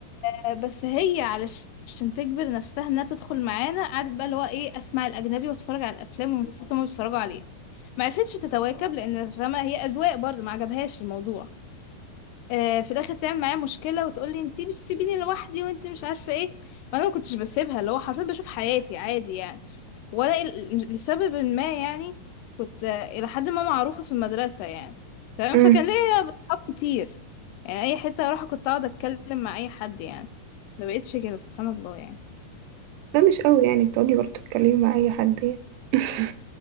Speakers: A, on the left (about 85°); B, on the right (about 85°).
A: آه بس هي علشان تجبر نفسها انها تدخل معانا قعدت بقى اللي هو ايه اسمع الاجنبي واتفرج على الافلام والمسلسلات اللي هما بيتفرجوا عليها ما عرفتش تتواكب لان فما هي اذواق برضو ما عجبهاش الموضوع آه في الاخر تعمل معايا مشكله وتقول لي انتي بتسيبيني لوحدي وانتي مش عارفه ايه وانا ما كنتش بسيبها اللي هو حرفيا بشوف حياتي عادي يعني ولا ال- لسبب ما يعني كنت آه، الى حد ما معروفه في المدرسه يعني تمام
B: أمم.
A: فكان ليا اصحاب كتير يعني اي حته اروح كنت اقعد اتكلم مع اي حد يعني ما بقتش كده سبحان الله يعني
B: ده مش قوي يعني بتقعدي برضه تتكلمي مع أي حد يعني <laughs>